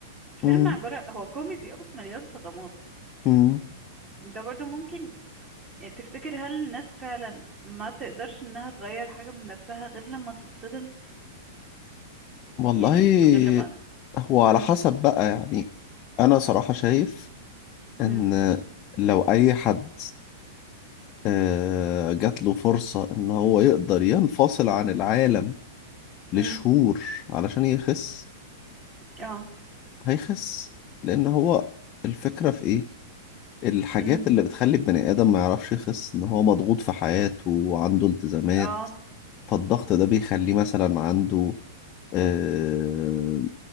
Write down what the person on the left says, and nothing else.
مم.
مم.
والله
هو على
حسب بقى يعني انا صراحة شايف ان
لو اي حد آه، جات له فرصة ان هو يقدر ينفصل عن العالم لشهور
علشان يخس
هيخس لان هو الفكرة في ايه الحاجات
اللي بتخلي البني ادم ما يعرفش يخس ان هو مضغوط في حياته وعنده التزامات
فالضغط ده بيخليه مثلا عنده آه،